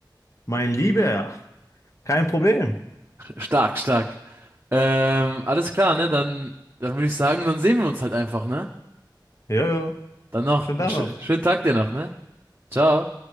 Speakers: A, on the left; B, on the right.
A: Mein Lieber, kein Problem.
B: Stark, stark. Ähm, alles klar, ne? Dann, dann würde ich sagen, dann sehen wir uns halt einfach, ne?
A: Jojo,
B: Dann noch
A: schönen
B: einen
A: Tag
B: sch
A: noch.
B: schönen Tag dir noch, ne? Ciao.